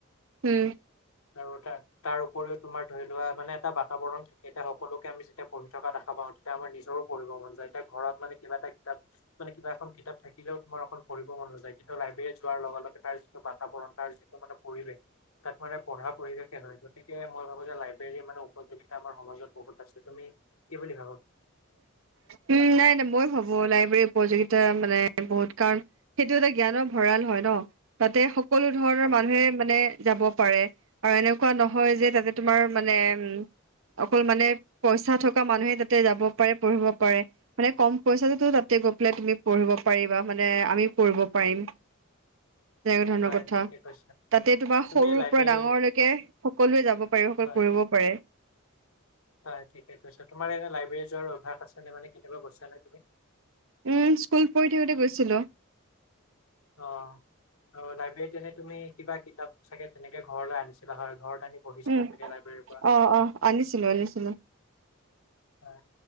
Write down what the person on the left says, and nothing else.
আৰু এটা - তাৰ উপৰিও তোমাৰ ধৰি লোৱা মানে এটা বাতাবৰণ থাকে এতি সকলোকে আমি যেতিয়া পঢ়ি থকা দেখা পাওঁ। এতিয়া আমাৰ নিজৰো পঢ়িব মন যায় এতিয়া ঘৰত মানে কিবা এটা কিতাপ- মানে কিবা এখন কিতাপ থাকিলেও তোমাৰকখন পঢ় মন নাযায় কিন্তু লাইব্ৰেৰী যোৱাৰ লগে লগে তাৰ যিটো বাতাবৰণ তাৰ যিটো মানে- পৰিৱেশ। তাত মানে পঢ়া পৰিৱেশে নহয় গতিকে মই ভাবো যে লাইব্ৰেৰী মানে উপযোগীতা আমাৰ সমাজত বহুত আছে তুমি- কি বুলি ভাব?
হয়
হয়,
ঠিকে কৈছা
তুমি
লাইব্ৰেৰী
হয়
হয় ঠিকে কৈছা, তোমাৰ এনে লাইব্ৰেৰী যোৱাৰ অভ্যাস আছেনে, মানে কেতিয়াবা গৈছানে তুমি?
অ আৰু লাইব্ৰেৰীত এনেই তুমি কিবা কিতাপ চাগে তেনেকে ঘৰলৈ আনিছিলা হয় ঘৰত আনি পঢ়িছিলা
চাগে লাইব্ৰেৰীৰ পৰা।
হয়,